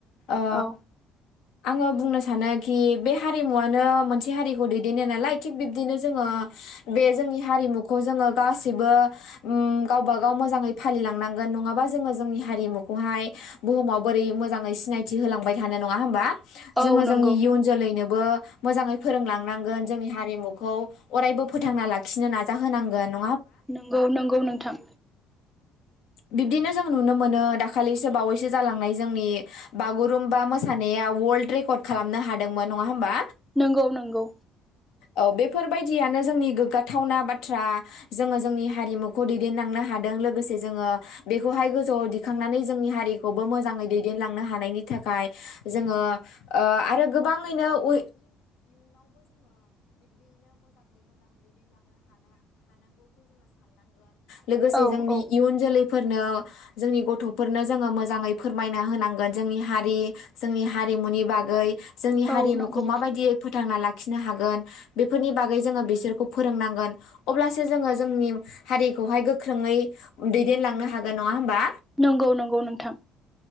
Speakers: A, on the left (about 60°); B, in the centre.
A: ओ
B: औ
A: आङो बुंनो सानोखि बै हारिमुवानो मोनसे हारिखौ दैदेनो नालाय थिग बिब्दिनो जोङो। बे जोंनि हारिमुखौ जोङो। गासैबो उम गावबागाव मोजाङै फालिलांनांगोन नङाबा जोङो जोंनि हारिमुखौहाय बुहुमाव बोरै मोजाङै सिनायथि होलांबाय थानो नङा होमबा। जोंङो
B: औ नंगौ
A: जोंनि इयुन जोलैनोब बो मोजाङै फोरोंलांनांगोन जोंनि हारिमुखौ। अरायबो फोथांना लाखिनो नाज जा होनांगोन न
B: नोंगौ नोंगौ नोंथां।
A: बिब्दिनो जों नुनो मोनो दाखालैसो बावैसो जालांनाय जोंनि बागुरुम्बा मोसानाया वल्ड्र रेकर्ड खालामनो हादोंमोन नंङा होमबा।
B: नोंगौ नोंगौ।
A: अ बेफ फोरबायदियानो जोंनि गोगगाथ थावना बाथ्रा जोङो जोंनि हारिमुखौ दैदेन्लांनो हादों लोगोसे जोङो। बेखौहाय गोजौआव दिखांनानै जोंनि हारिखौबो मोजाङै दैदेनलांनो हानायनि थाखाय जोंङो ओ आरो गोबाङैनो उ लोगोसे
B: औ
A: जोंनि
B: औ
A: इयुन जोलैफ फोरनो जोंनि गथ'फोरनो जोङो मोजाङै फोरमायना होनांगोन जोंनि हारि जोंनि हारिमुनि बागै। जोंनि
B: औ
A: हारिमुखौ
B: नंगौ
A: माबायदियै फोथांना लाख खिनो हागोन बेफोरनि बागै जोङो बिसोरखौ फोरोंनांगोन अब्लासो जोङो जोंनि हारिखौहाय गोख्रोङै दै देनलांनो हागोन नङा होमबा?
B: नंगौ नंगौ नोंथां